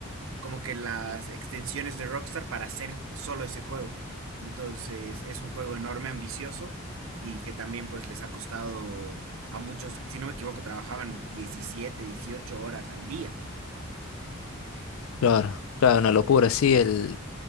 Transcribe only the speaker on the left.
Claro, claro, una locura, sí, el,